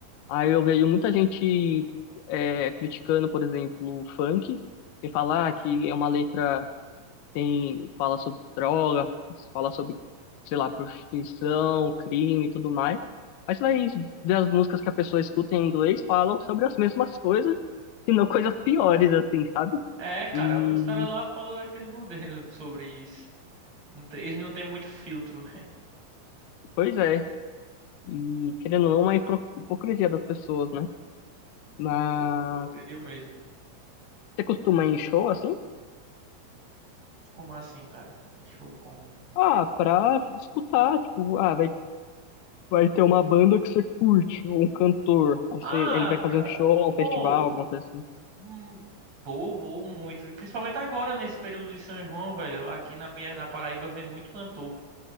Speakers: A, on the left; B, on the right.
A: Aí eu vejo muita gente é, criticando, por exemplo, o funk e falar que é uma letra tem fala sobre droga, fala sobre, sei lá, prostituição, crime e tudo mais. Mas você vai ver as músicas que a pessoa escuta em inglês falam sobre as mesmas coisas, se não coisas piores, assim, sabe?
B: É, cara,
A: E,
B: os caras lá falam daquele modelos sobre isso. Não tem- Eles não têm muito filtro, né? <laughs>
A: pois é, e querendo ou não, é uma hipro- hipocrisia das pessoas, né? Mas
B: Um pouco, hipocrisia mesmo.
A: você costuma ir em show, assim?
B: Como assim, cara? Show como?
A: Ah, pra escutar, tipo, ah, vai, vai ter uma banda que você curte, ou um cantor, aí
B: Ah,
A: você, ele vai fazer
B: cara,
A: um show, um
B: pô,
A: festival, alguma coisa assim.
B: hum, vou, vou muito. E principalmente agora, nesse período de São João, velho. Aqui na minha, na Paraíba vem muito cantor.